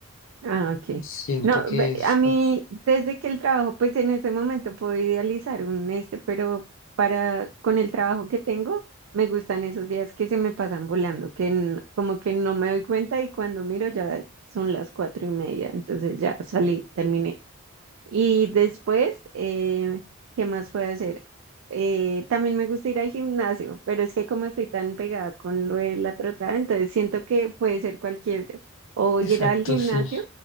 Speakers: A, on the right (about 65°); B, on the left (about 65°).
A: Ah, ok.
B: Siento
A: No,
B: que
A: ve-
B: es...
A: a mí,
B: ah,
A: desde que el trabajo, pues en ese momento puedo idealizar un este, pero para, con el trabajo que tengo, me gustan esos días que se me pasan volando, que n- como que no me doy cuenta y cuando miro ya son las cuatro y media, entonces ya salí, terminé. Y después, eh, ¿qué más puedo hacer? Eh, también me gusta ir al gimnasio, pero es que como estoy tan pegada con lo de la trotada, entonces siento que puede ser cualquier, o
B: Exacto,
A: ir al gimnasio
B: sí.